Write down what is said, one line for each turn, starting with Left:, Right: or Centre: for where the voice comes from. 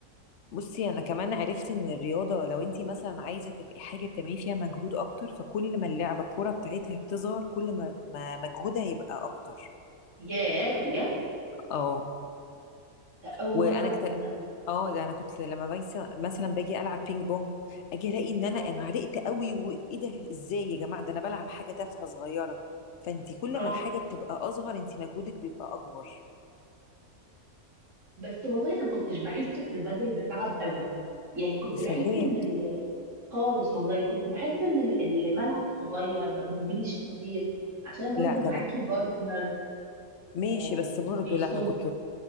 Left: بصي انا كمان عرفت ان الرياضة لو انتي مثلا عايزة تبقي حاجة بتعملي فيها مجهود اكتر فكل ما اللعبة الكورة بتاعتها بتظهر كل ما ما مجهودها يبقى اكتر
Right: ياه بجد؟
Left: اه
Right: لا أول
Left: وانا
Right: مرة أعرف
Left: كت...
Right: ده
Left: اه ده انا كنت لما بيس... مثلا باجي العب بينج بونج اجي الاقي ان انا
Right: اه
Left: انا عرقت قوي وايه ده ازاي يا جماعه ده انا بلعب حاجه تافهه صغيره فانت كل
Right: اه
Left: ما الحاجه بتبقى اصغر انت مجهودك بيبقى اكبر
Right: بس والله أنا كنتش بحس في البدل بتعب قوي يعني كنت
Left: يا سلام
Right: بحس إن ال خالص والله كنت بحس ان ال- الملعب صغير ما بنجريش كتير عشان برضو
Left: لا ده
Right: معاكي
Left: انا
Right: بارتنر
Left: ماشي
Right: آه
Left: بس برضه
Right: بيصب
Left: لا انا كنت